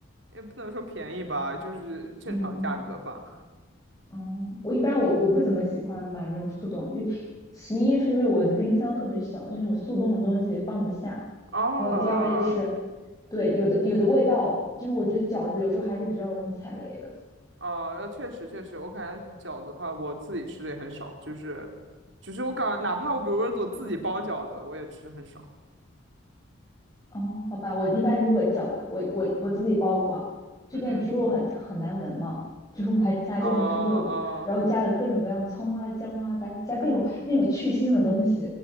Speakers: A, on the right; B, on the left.
A: 也不能说便宜吧，就是正常价格吧。
B: 嗯，嗯，我一般我我不怎么喜欢买那种速冻，因为其一是因为我的冰箱特别小，就那种速冻的东西放不下，
A: 哦，
B: 然后第二就是，对，有的有的味道，就是我觉得饺子有时候还是比较容易踩雷的。
A: 哦，呃确实确实，我感觉饺子的话，我自己吃的也很少，就是，就是我感，哪怕我比如说我自己包饺子，我也吃的很少。
B: 哦，好吧，我一般如果饺子，我我我自己包过啊，这边猪肉很很难闻嘛，
A: 嗯嗯，
B: 就是我还加这边猪肉，
A: 哦哦
B: 然后加了各种各样葱啊、姜啊，加加各种那种去腥的东西，